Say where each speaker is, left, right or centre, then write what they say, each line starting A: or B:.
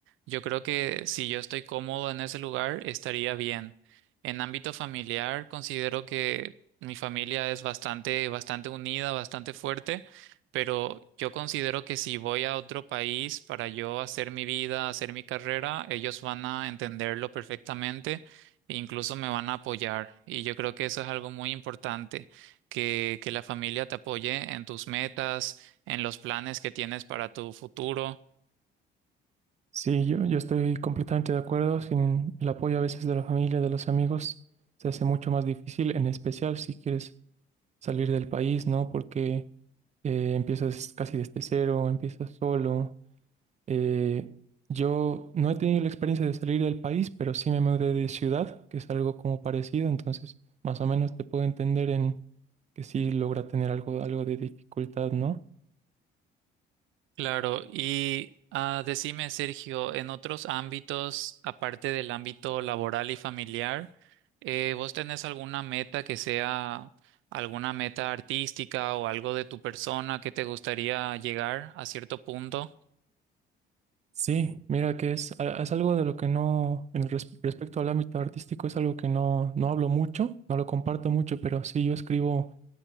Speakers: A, on the right; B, on the right.
A: yo creo que si yo estoy cómodo en ese lugar, estaría bien. En ámbito familiar, considero que mi familia es bastante, bastante unida, bastante fuerte, pero yo considero que si voy a otro país para yo hacer mi vida, hacer mi carrera, ellos van a entenderlo perfectamente e incluso me van a apoyar. Y yo creo que eso es algo muy importante, que, que la familia te apoye en tus metas, en los planes que tienes para tu futuro.
B: Sí, yo, yo estoy completamente de acuerdo, sin el apoyo a veces de la familia, de los amigos, se hace mucho más difícil, en especial si quieres salir del país, ¿no? Porque eh, empiezas casi desde cero, empiezas solo. Eh, yo no he tenido la experiencia de salir del país, pero sí me mudé de ciudad, que es algo como parecido, entonces más o menos te puedo entender en que sí logra tener algo, algo de dificultad, ¿no?
A: Claro, y ah, decime, Sergio, en otros ámbitos, aparte del ámbito laboral y familiar, eh, ¿vos tenés alguna meta que sea alguna meta artística o algo de tu persona que te gustaría llegar a cierto punto?
B: Sí, mira que es, a- es algo de lo que no, en res- respecto al ámbito artístico, es algo que no, no hablo mucho, no lo comparto mucho, pero sí yo escribo